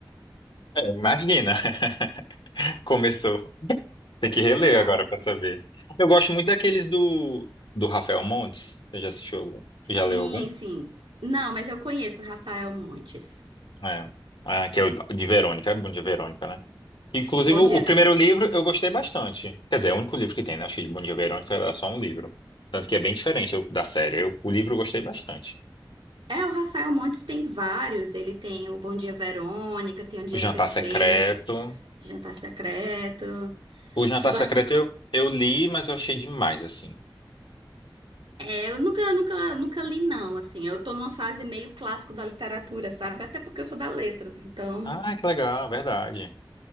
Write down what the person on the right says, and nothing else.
<laughs> Exato.
Sim,
sim. Não, mas eu conheço o Rafael Montes.
Bom
dia,
Verônica.
É, o Rafael Montes tem vários. Ele tem o Bom Dia, Verônica, tem o Dias
Perfeitos,
Jantar Secreto.
Tu gosta?
É, eu nunca, nunca, nunca li, não, assim. Eu tô numa fase meio clássico da literatura, sabe? Até porque eu sou da letras, então,